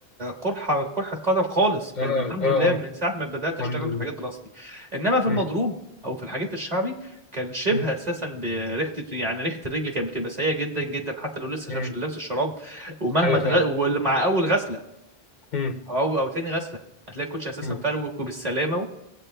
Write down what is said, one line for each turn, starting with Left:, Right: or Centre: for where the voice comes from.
Right: قرحه قرحه قدم خالص
Left: اه
Right: ب- من الحمد
Left: اه اه
Right: لله من ساعه ما بدات اشتغل
Left: الحمد لله
Right: في الحاجات الاصلي انما في
Left: مم.
Right: المضروب او في الحاجات الشعبي كان شبه
Left: مم.
Right: اساسا بريحه يعني ريحه الرجل كانت بتبقى سيئه جدا جدا حتى لو لسه
Left: مم.
Right: شابش لابس الشراب ومهما
Left: ايوه
Right: تغ...
Left: فعلا
Right: واللي مع اول غسله
Left: مم.
Right: او او تاني غسله هتلاقي الكوتش اساسا
Left: مم.
Right: فروك وبالسلامه